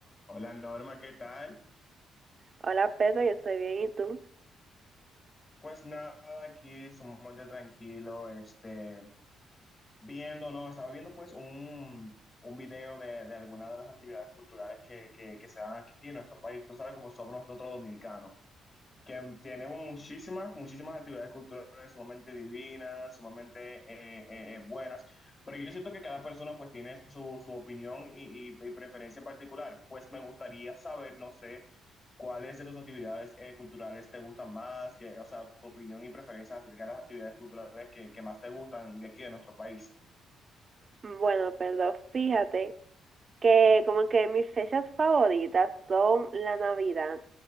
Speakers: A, on the left; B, on the right.
A: Hola Norma, ¿qué tal?
B: Hola Pedro, yo estoy bien, ¿y tú?
A: Pues nada, aquí sumamente tranquilo, este, viendo, no, estaba viendo pues un, un video de, de alguna de las actividades culturales que, que, que se dan aquí en nuestro país. Tú sabes cómo somos nosotros los dominicanos, que tenemos muchísimas, muchísimas actividades culturales sumamente divinas, sumamente eh, eh, eh, buenas, pero yo siento que cada persona pues tiene su, su opinión y, y y preferencia en particular. Pues me gustaría saber, no sé. ¿Cuáles de sus actividades eh, culturales te gustan más? Que, o sea, tu opinión y preferencia acerca de las actividades culturales que, que más te gustan de aquí de nuestro país.
B: Bueno, Pedro, fíjate que como que mis fechas favoritas son la Navidad.